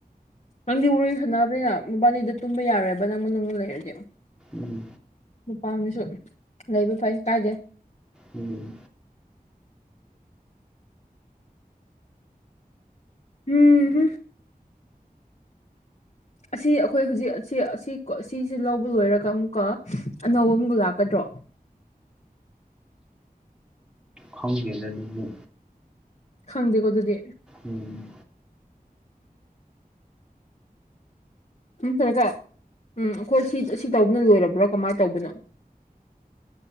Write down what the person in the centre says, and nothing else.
ꯎꯝ
ꯎꯝ
ꯈꯪꯗꯦꯗ ꯑꯗꯨꯗꯤ
ꯎꯝ